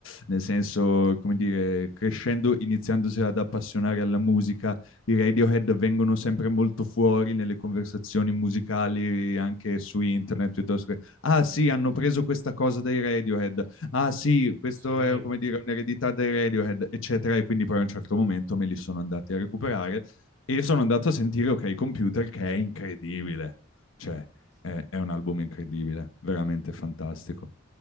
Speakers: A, on the left; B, on the right.
A: nel senso, come dire, crescendo, iniziandosi ad appassionare alla musica, i Radiohead vengono sempre molto fuori nelle conversazioni musicali, anche su internet, piuttosto che, ah sì,
B: Sì,
A: hanno preso questa cosa dai Radiohead, ah sì, questo
B: sì.
A: è, come dire, un'eredità dai Radiohead, eccetera. E quindi poi a un certo momento me li sono andati a recuperare e sono andato a sentire Ok Computer che è incredibile, cioè
B: Sì.
A: è, è un album incredibile, veramente fantastico.